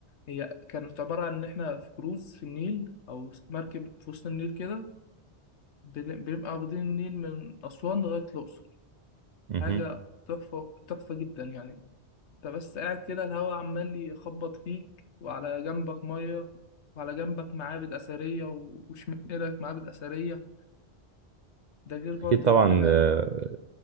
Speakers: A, on the left; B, on the right.
A: هي كانت عبارة عن إن إحنا في كروز في النيل أو مركب في وسط النيل كده بن- بنبقى واخدين النيل من أسوان لغاية الأقصر
B: مهم.
A: حاجة تحفة تحفة جدا يعني أنت بس قاعد كده الهوا عمال يخبط فيك وعلى جنبك مية وعلى جنبك معابد أثرية و- وشمال إيدك معابد أثرية ده غير
B: اكيد
A: برضو
B: طبعا
A: إننا
B: آه،